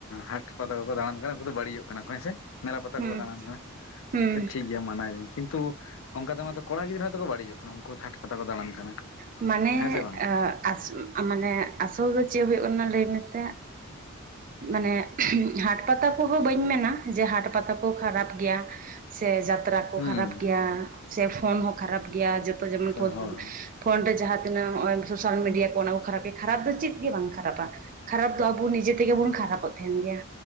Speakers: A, on the left (about 65°); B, on the right (about 40°).
A: ᱦᱟᱴ ᱯᱟᱛᱟ ᱠᱚᱠᱚ ᱫᱟᱸᱬᱟᱱ ᱠᱟᱱᱟ ᱩᱱᱠᱩ ᱫᱚ ᱵᱟᱹᱲᱤᱡᱼᱚᱜ ᱠᱟᱱᱟ ᱠᱚ ᱦᱮᱸᱥᱮ ᱢᱮᱞᱟ ᱯᱟᱛᱟ
B: ᱦᱩᱸ
A: ᱠᱚᱠᱚ ᱫᱟᱸᱬᱟᱱ ᱠᱟᱱᱟ
B: ᱦᱩᱸ
A: ᱟᱪᱪᱷᱟ ᱴᱷᱤᱠ ᱜᱮᱭᱟ ᱢᱟᱱᱟᱣ ᱮᱫᱟᱹᱧ ᱠᱤᱱᱛᱩ ᱚᱱᱠᱟᱛᱮ ᱢᱟᱛᱚ ᱠᱚᱲᱟ ᱜᱤᱫᱽᱨᱟᱹ ᱦᱚᱸ ᱛᱚᱠᱚ ᱵᱟᱹᱲᱤᱡᱚᱜ ᱠᱟᱱᱟ ᱩᱱᱠᱩ ᱦᱟᱴ ᱯᱟᱛᱟ ᱠᱚ ᱫᱟᱬᱟᱱ ᱠᱟᱱᱟ
B: ᱢᱟᱱᱮ
A: ᱦᱮᱸ ᱥᱮ ᱵᱟᱝ
B: ᱟᱥ ᱢᱟᱱᱮ ᱟᱥᱚᱞ ᱫᱚ ᱪᱮᱫ ᱦᱩᱭᱩᱜ ᱠᱟᱱᱟ ᱞᱟᱹᱭ ᱢᱮᱥᱮ ᱢᱟᱱᱮ ᱦᱟᱴ ᱯᱟᱛᱟ ᱠᱚᱦᱚᱸ ᱵᱟᱹᱧ ᱢᱮᱱᱟ ᱡᱮ ᱦᱟᱴ ᱯᱟᱛᱟ ᱠᱚ ᱠᱷᱟᱨᱟᱯ ᱜᱮᱭᱟ ᱥᱮ ᱡᱟᱛ <unintelligible> ᱠᱚ
A: ᱦᱩᱸ
B: ᱠᱷᱟᱨᱟᱯ ᱜᱮᱭᱟ ᱥᱮ ᱯᱷᱳᱱ ᱦᱚᱸ ᱠᱷᱟᱨᱟᱯ ᱜᱮᱭᱟ ᱡᱚᱛᱚ ᱡᱮᱢᱚᱱ
A: ᱦᱳᱭ
B: ᱯᱷᱳᱱ ᱨᱮ ᱡᱟᱦᱟᱸᱛᱤᱱᱟᱹᱜ ᱥᱳᱥᱟᱞ ᱢᱤᱰᱤᱭᱟ ᱠᱚ ᱚᱱᱟ ᱠᱚ ᱠᱷᱟᱨᱟᱯ ᱜᱮ ᱠᱷᱟᱨᱟᱯ ᱫᱚ ᱪᱮᱫ ᱜᱮ ᱵᱟᱝ ᱠᱷᱟᱨᱟᱯᱟ ᱠᱷᱟᱨᱟᱯ ᱫᱚ ᱟᱵᱚ ᱱᱤᱡᱮ ᱛᱮᱜᱮ ᱵᱚᱱ ᱠᱷᱟᱨᱟᱯᱚᱜ ᱛᱟᱦᱮᱱ ᱜᱮᱭᱟ